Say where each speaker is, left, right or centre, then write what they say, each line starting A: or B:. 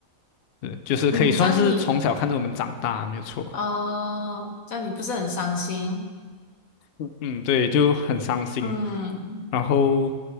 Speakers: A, on the left; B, on the left.
A: 呃，就是可以算是从小看着我们长大，
B: 嗯，这样你
A: 没有错。
B: 哦，这样你不是很伤心？
A: 嗯，对，就很伤心。
B: 嗯
A: 然后